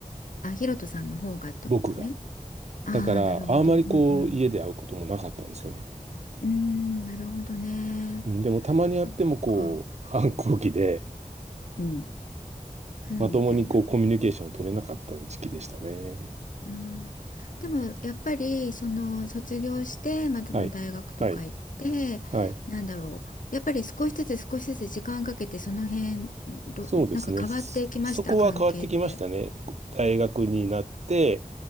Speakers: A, on the left; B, on the right.
A: あ、ひろとさんの方がってことね。
B: 僕が。
A: ああ、
B: だから、
A: なるほど。
B: あまりこう、
A: うんうん。
B: 家で会うこともなかったんですよね。
A: うーん、なるほどね。
B: うんでも、たまに会ってもこう、
A: そっか。
B: 反抗期で、
A: うん。ふんみたいな。
B: まともにこう、コミュニケーションを取れなかった時期でしたね。
A: うん。でもやっぱりその卒業してまたの大学とか行ってなんだろう。
B: はい。はい。はい。
A: やっぱり少しずつ少しずつ時間かけてその辺どなんか変わっていきました関係って。
B: そうですね。そそこは変わってきましたね。大学になって、